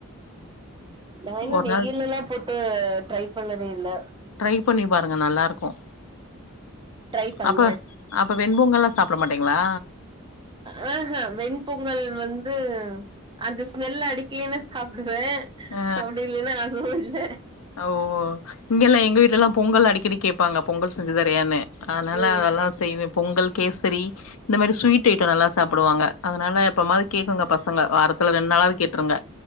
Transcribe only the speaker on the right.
நா இன்னூ
நெய்யிலல்லா
போட்டு ட்ரை பண்ணதே இல்ல
ட்ரை பண்றே
ஹ ஹா வெண் பொங்கல் வந்து அந்த ஸ்மெல் அடிக்கலின்னா சாப்பிடுவே
அப்படில்லன்னா அதுவூ இல்ல
ம்